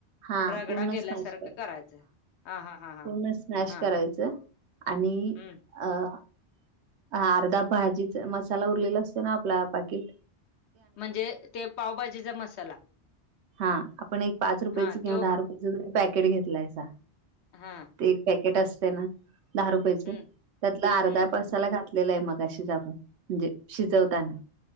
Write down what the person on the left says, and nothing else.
रगडा
केल्यासारखं
करायचं हा हा हा हा
हा
हम्म
म्हणजे ते पावभाजीचा मसाला
हा
तो
हा.
हम्म
हम्म